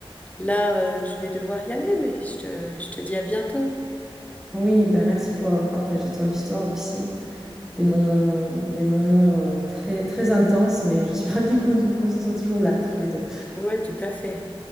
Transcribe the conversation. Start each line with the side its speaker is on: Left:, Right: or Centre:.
Left: Là, euh, je vais devoir y aller, mais je te, je te dis à bientôt.
Centre: oui, bah, merci pour avoir partagé ton histoire aussi. Des moments des moments, heu, très très intenses mais je suis ravie qu'on qu'on soit toujours là toutes les 2.
Left: Ouais, tout à fait.